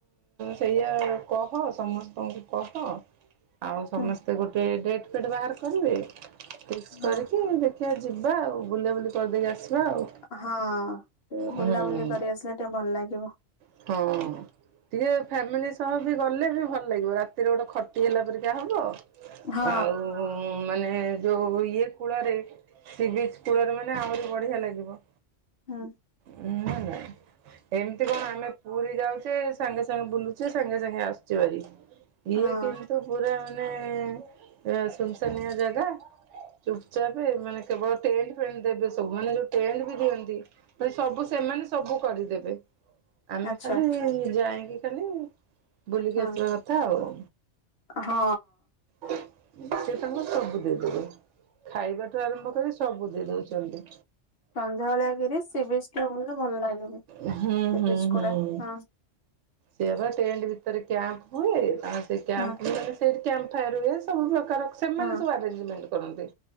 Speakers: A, on the right; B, on the left.
A: ସେଇଆ କହ ସମସ୍ତଙ୍କୁ କହ ଆଉ ସମସ୍ତେ
B: ହୁଁ
A: ଗୋଟେ ଡେଟ୍ ଫେଟ୍ ବାହାର କରିବେ, ଫିକ୍ସ
B: ହଁ
A: କରିକି ଦେଖ ଦେଖିଆ ଯିବା ଆଉ ବୁଲାବୁଲି କରିଦେଇକି ଆସିବା ଆଉ।
B: ହଁ, ଟିକେ
A: ହୁଁ।
B: ବୁଲାବୁଲି କରିଆସିଲେ ଟିକେ ଭଲ ଲାଗିବ।
A: ହଁ। ଟିକେ ଫ୍ୟାମିଲି ସହ ବି ଗଲେ ବି ଭଲ ଲାଗିବ ରାତିରେ ଗୋଟେ ଖଟି ହେଲା ପରିକା ହବ।
B: ହଁ
A: ଆଉ ମାନେ ଯୋଉ ଇଏ କୂଳରେ ସିବିଚ କୂଳରେ ମାନେ ଆହୁରି ବଢିଆ ଲାଗିବ।
B: ହଁ।
A: ନୁଁ ନାଇ ଏମିତି କଣ ଆମେ ପୁରୀ ଯାଉଛେ ସାଙ୍ଗେ ସାଙ୍ଗେ ବୁଲୁଛେ ସାଙ୍ଗେ ସାଙ୍ଗେ ଆସୁଛୁ ଭାରି। ଇଏ
B: ହଁ
A: କିନ୍ତୁ ପୁରା ମାନେ ଏଁ ଶୁନ୍‌‌ ଶାନୀୟା ଜାଗା। ଚୁପ୍‌ ଚାପେ ମାନେ କେବଳ ଟେଣ୍ଟ ଫେଣ୍ଟ ଦେବେ ସବୁ ମାନେ ଯୋଉ ଟେଣ୍ଟ ବି ଦିଅନ୍ତି। ଦ୍ଭାଇ ସବୁ ସେମାନେ ସବୁ କରିଦେବେ। ଆମେ
B: ଆଚ୍ଛା
A: ଖାଲି ଯାଇକି ଖାଲି, ବୁଲିକି
B: ହଁ
A: ଆସିବା କଥା ଆଉ।
B: ହଁ।
A: ସେ ତାାଙ୍କୁ ସବୁ ଦେଇଦେବେ। ଖାଇବାଠୁ ଆରମ୍ଭ କରି ସବୁ ଦେଇ ଦଉଛନ୍ତି।
B: ସନ୍ଧ୍ୟାବେଳିଆ କିରି ସ ସିବିଚ୍‌ ଟିକେ ବୁଲିଲେ ଭଲ ଲାଗିବ।
A: ହୁଁ,
B: ସେ
A: ହୁଁ,
B: ବିଚ୍ ଗୁଡା
A: ହୁଁ।
B: ହଁ
A: ସେ ବା ଟେଣ୍ଟ ଭିତରେ କ୍ୟାମ୍ପ ହୁଏ ତା ସେ କ୍ୟାମ୍ପ
B: ହଁ
A: ମାନେ ସେଇ କ୍ଯମ୍ପ <unintelligible> ସବୁ ପ୍ରକାର ସେମାନେ
B: ହଁ
A: ସବୁ ଆରେ୍ଜ ମେଣ୍ଟ, କରନ୍ତି।